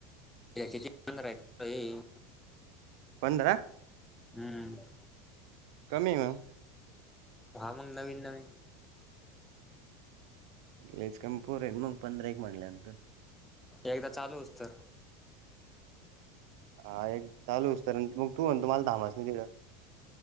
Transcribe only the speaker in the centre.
या किती एकंदर आहे?
हम्म्.
दहा, मग नवीन नवीन
एकदा चालू होस तर